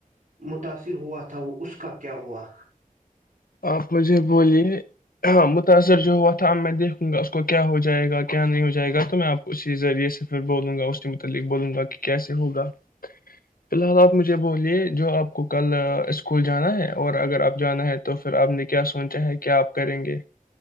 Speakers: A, on the right (about 55°); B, on the left (about 85°).
A: متاثر ہوا تھا اس کا کیا ہوا
B: آپ مجھے بولیے ہاں متاثر جو ہوا تھا اب میں دیکھوں گا اس کو کیا ہو جائے گا کیا نہیں ہو جائے گا تو میں آپ اسی ذریعے سے پھر بولوں گا اس کے متعلق بولوں گا کہ کیسے ہوگا فی الحال آپ مجھے بولیے جو آپ کو کل اسکول جانا ہے اور اگر آپ جانا ہے تو پھر آپ نے کیا سوچا ہے کیا آپ کریں گے؟